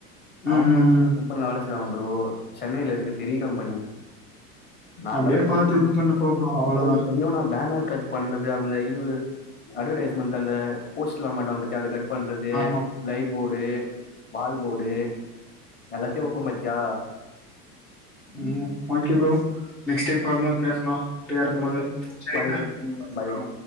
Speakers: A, in the centre; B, on the left.
A: ம்
B: அவங்கல்லா
A: ம்
B: வந்து எங்க
A: ம்
B: கம்பெனில வேல செய்வாங்க ப்ரோ சென்னையில இருக்கு பெரிய கம்பெனி நா அங்கதா
A: அப்டியே
B: செஞ்சிட்டுருந்தோ
A: பாத்து இது பண்ணு போ அவ்ளோதா
B: ப்ரோ இத்தனோயூ நா பேனர் கட் பண்றது அதல இது அட்வர்டைஸ்மெண்ட் அந்த போஸ்ட்லா மாட்டுவாங்க பாத்தி அத கட் பண்றது
A: ஆமா
B: லைட் போர்டு வால் போர்டு எல்லாத்தையூ வெப்போ பாத்தியா
A: ம் ஓகே ப்ரோ நெக்ஸ்ட் டைம் பாக்கு போது பேஸ்லா ஃப்ரீயா இருக்கோ
B: சரி
A: போது
B: ப்ரோ பாய் ப்ரோ
A: ம்
B: பாய் ப்ரோ
A: ஆ